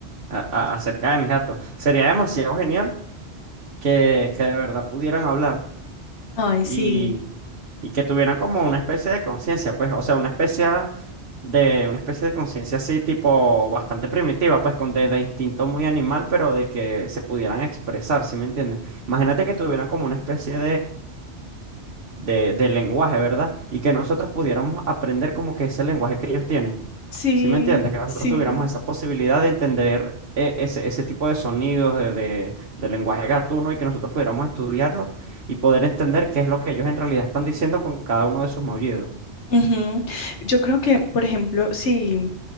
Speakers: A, on the right; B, on the left.
A: a- a- acerca de mis gatos. Sería demasiado genial que, que de verdad pudieran hablar
B: ay,
A: y,
B: sí,
A: y que tuvieran como una especie de conciencia, pues, o sea, una especie de, una especie de conciencia así, tipo bastante primitiva, pues, con de, de instinto muy animal, pero de que se pudieran expresar, ¿sí me entiendes? Imagínate que tuvieran como una especie de, de lenguaje, ¿verdad? Y que nosotros pudiéramos aprender como que ese lenguaje que ellos tienen.
B: sí,
A: ¿Sí me entiendes? Que nosotros
B: sí.
A: tuviéramos esa posibilidad de entender eh, ese, ese tipo de sonidos de, de- de lenguaje gatuno y que nosotros pudiéramos estudiarlo y poder entender qué es lo que ellos en realidad están diciendo con cada uno de sus maullidos.
B: Ujú. Yo creo que, por ejemplo, si,